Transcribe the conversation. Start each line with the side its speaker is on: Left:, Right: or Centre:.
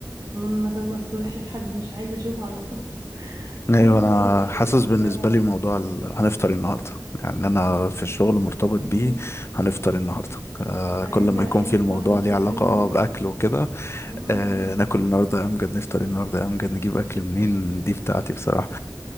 Right: مم، مثلا ما أصطبحش بحد مش عايزة أشوفه على الصبح <laughs>
Left: ايوه
Right: هو الموضوع
Left: انا
Right: ده بيفرق
Left: حاسس بالنسبه
Right: اه
Left: لي موضوع ال... هنفطر إيه النهارده يعني انا في الشغل مرتبط
Right: هي
Left: بيه هنفطر إيه النهارده آه،
Right: فانت
Left: كل ما
Right: انت
Left: يكون في الموضوع
Right: بتوع هنفطر
Left: ليه علاقه
Right: ايه النهارده
Left: اه باكل وكده
Right: اه
Left: آه ناكل النهارده إيه امجد نفطر إيه النهارده إيه امجد نجيب اكل منين دي بتاعتي بصراحه